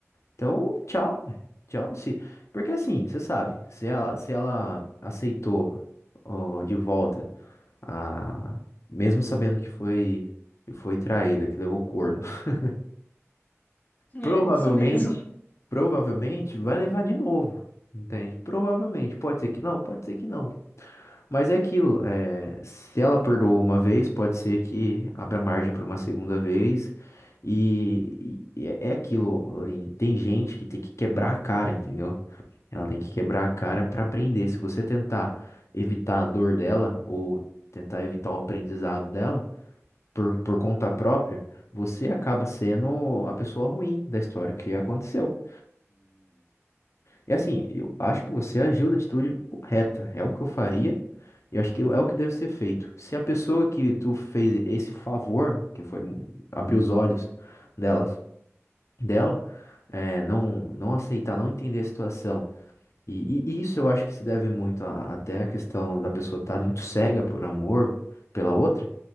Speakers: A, on the left (about 65°); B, on the left (about 35°).
A: Então, tchau, ué. tchau, se, porque assim, você sabe, se ela, se ela aceitou ó, de volta a, mesmo sabendo que foi que foi traída, que levou corno, <laughs>
B: É
A: provavelmente,
B: isso mesmo.
A: provavelmente vai levar de novo. Entende? Provavelmente. Pode ser que não, pode ser que não. Mas é aquilo, é, se ela perdoou uma vez, pode ser que abra margem para uma segunda vez. E, e- é é aquilo, Aline, tem gente que tem que quebrar a cara, entendeu? Ela tem que quebrar a cara para aprender. Se você tentar evitar a dor dela ou tentar evitar o aprendizado dela por, por conta própria, você acaba sendo a pessoa ruim da história o que aconteceu. E assim, eu acho que você agiu da atitude correta. É o que eu faria e acho que é o que deve ser feito. Se a pessoa que tu fez esse favor, que foi abrir os olhos delas, dela, é, não, não aceitar, não entender a situação. E, e- e isso eu acho que se deve muito a- até à questão da pessoa estar muito cega por amor pela outra.